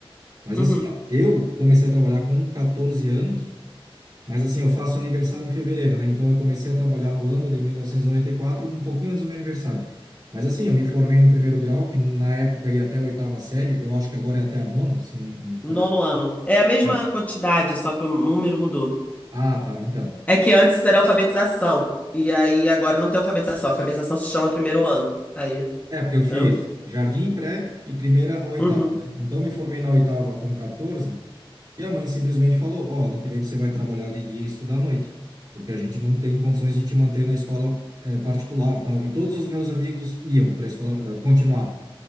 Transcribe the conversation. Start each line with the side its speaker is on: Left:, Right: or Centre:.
Right: Mas
Left: Uhum.
Right: assim, ó, eu comecei a trabalhar com catorze anos mas assim, eu faço aniversário em fevereiro, né? Então eu comecei a trabalhar no ano de 1994, um pouquinho antes do meu aniversário. Mas assim, eu me formei no primeiro grau, que na época ia até a oitava série, eu acho que agora é até a nona, se não me falha.
Left: Nono ano. É a mesma
Right: É.
Left: quantidade, só que o número mudou.
Right: Ah, tá, então.
Left: É que antes era alfabetização. E aí agora não tem alfabetização. Alfabetização se chama primeiro ano. Aí,
Right: É, porque eu fiz
Left: entendeu?
Right: jardim pré e primeira a oitava,
Left: Uhum.
Right: né? Então me formei na oitava com 14, e a mãe simplesmente falou: Ó, ano que vem você vai trabalhar de dia e estudar à noite, porque a gente não tem condições de te manter na escola eh, particular, tal. E todos os meus amigos iam para a escola eh, continuar.